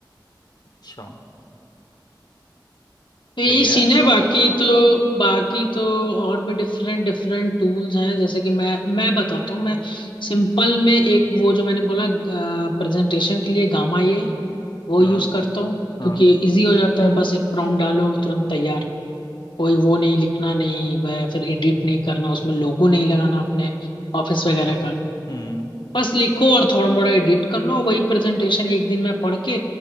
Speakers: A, on the left (about 60°); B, on the left (about 80°).
A: अच्छा
B: तो यही
A: सही है
B: सीन
A: यार फिर
B: है बाकी
A: तो
B: तो बाकी तो और भी डिफरेंट डिफरेंट टूल्स हैं जैसे कि मैं मैं बताता हूँ मैं सिंपल में एक वो जो मैंने बोला प्रेजेंटेशन के लिए गामा ये वो
A: हाँ
B: यूज करता हूँ
A: हाँ
B: क्योंकि इजी हो जाता है बस एक प्रॉम्प्ट डालो तुरंत तैयार कोई वो नहीं लिखना नहीं वह फिर एडिट नहीं करना उसमें लोगो नहीं लगाना अपने ऑफिस वगैरह का
A: हम्म
B: बस लिखो और थोड़ा मोड़ा एडिट कर लो वही प्रेजेंटेशन एक दिन में पढ़ के